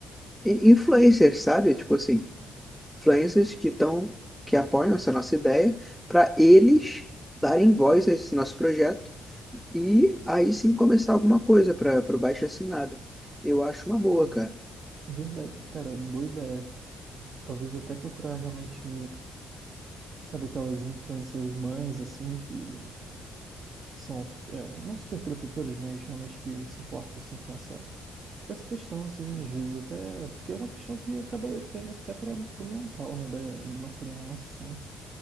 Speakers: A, in the centre; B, on the right.
A: i- influencers, sabe? Tipo assim, influencers que estão, que apoiam essa nossa ideia, para eles darem voz a esse nosso projeto e aí sim começar alguma coisa para o baixo assinado. Eu acho uma
B: Pô,
A: boa, cara.
B: verdade, cara, boa ideia. Talvez até procurar realmente, sabe, aquelas influencers mães, assim, que, que são, é, não super protetoras, mas realmente que se importam, assim, com essa Essa questão, assim, às vezes até. Porque é uma questão que acaba caindo até para o mental, né, da, de uma criança, assim.